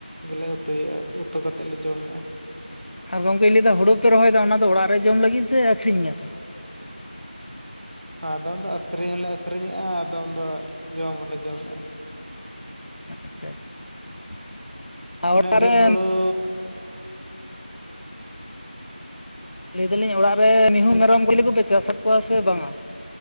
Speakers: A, on the right; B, on the left.
A: ᱜᱮᱞᱮ ᱩᱛᱩᱭᱮᱜᱼᱟ ᱩᱛᱩ ᱠᱟᱛᱮᱫ ᱞᱮ ᱡᱚᱢᱮᱜᱼᱟ
B: ᱟᱨ ᱜᱚᱝᱠᱮ ᱞᱟᱹᱭ ᱫᱟ ᱦᱳᱲᱳ ᱯᱮ ᱨᱚᱦᱚᱭᱮᱫᱟ ᱚᱱᱟ ᱫᱚ ᱚᱲᱟᱜ ᱨᱮ ᱡᱚᱢ ᱞᱟᱹᱜᱤᱫ ᱥᱮ ᱟᱠᱷᱨᱤᱧ ᱟᱯᱮ-
A: ᱟᱫᱚᱢ ᱫᱚ ᱟᱹᱠᱷᱨᱤᱧ ᱦᱚᱸᱞᱮ ᱟᱹᱠᱷᱨᱤᱧᱮᱜᱼᱟ ᱟᱫᱚᱢ ᱫᱚ ᱡᱚᱢ ᱦᱚᱞᱮ ᱡᱚᱢᱮᱜᱼᱟ
B: <inaudible>
A: ᱤᱱᱟᱹᱜ
B: ᱚᱲᱟᱜ
A: ᱰᱷᱮᱨ
B: ᱨᱮ
A: ᱦᱩᱲᱩᱻ
B: ᱞᱟᱹᱭ ᱫᱟᱞᱤᱧ ᱚᱲᱟᱜ ᱨᱮ ᱢᱤᱦᱩ ᱢᱮᱨᱚᱢ ᱜᱚᱞᱤ ᱠᱚᱯᱮ ᱪᱟᱥ ᱟᱠᱚᱣᱟ ᱥᱮ ᱵᱟᱝᱼᱟ